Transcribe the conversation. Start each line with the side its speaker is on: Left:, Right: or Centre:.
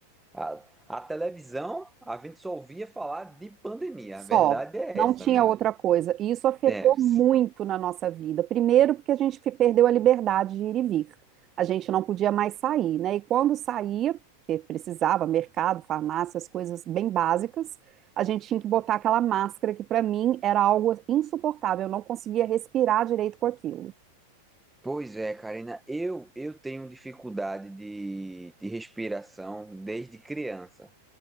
Centre: A, a televisão, a gente só ouvia falar de pandemia,
Right: Só,
Centre: a verdade é
Right: não
Centre: essa,
Right: tinha
Centre: né?
Right: outra coisa. E isso afetou
Centre: É, s-
Right: muito na nossa vida. Primeiro, porque a gente fe- perdeu a liberdade de ir e vir. A gente não podia mais sair, né? E quando saía, que precisava, mercado, farmácia, as coisas bem básicas, a gente tinha que botar aquela máscara que para mim era algo insuportável. Eu não conseguia respirar direito com aquilo.
Centre: pois é, Karina, eu, eu tenho dificuldade de, de respiração desde criança.